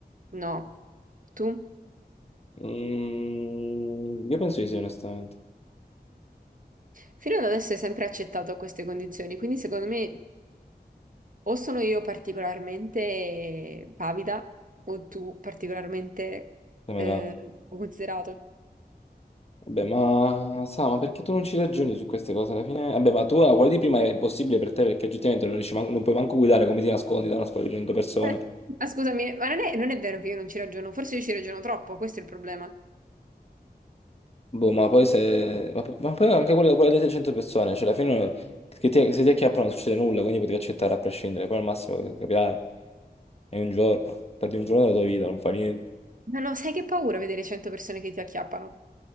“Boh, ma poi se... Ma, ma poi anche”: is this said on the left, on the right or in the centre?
Left